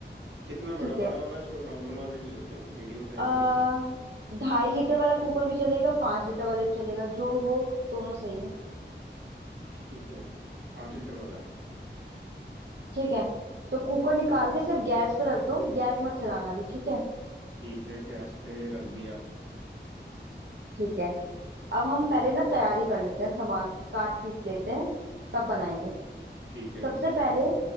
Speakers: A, on the right; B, on the right.
A: कितना बड़ा
B: ठीक
A: बड़ा
B: है
A: वाला जो नॉर्मल वाले ले लेते हैं मीडियम साइज
B: आ,
A: है ना
B: ढाई लीटर वाला कुकर भी चलेगा पांच लीटर वाला भी चलेगा जो हो दोनों सही है
A: ठीक है पाँच लीटर वाला है
B: ठीक है तो कुकर निकाल के सिर्फ गैस पे रख दो गैस मत चलाना भी ठीक है
A: ठीक है गैस पे रख दिया
B: ठीक है अब हम पहले ना तैयारी कर लेते हैं सामान काट पीट लेते हैं तब बनाएंगे
A: ठीक है
B: सबसे पहले